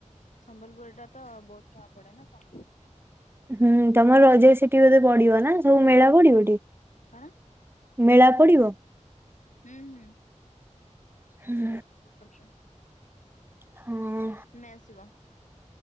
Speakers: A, on the left; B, on the right.
A: ସମ୍ବଲପୁରି ଟା ତ ବହୁତ ଟଙ୍କା ପଡେ ନା କ?
B: ହୁଁ ତମର ରଜ ସେଠି ବୋଧେ ପଡିବ ନା ସବୁ ମେଳା ପଡିବ ଟି?
A: କଣ
B: ମେଳା ପଡ଼ିବ?
A: ହୁଁ ହୁଁ
B: ହୁଁ।
A: ଆଛା।
B: ହୁଁ।
A: ମେ ଆସିବ।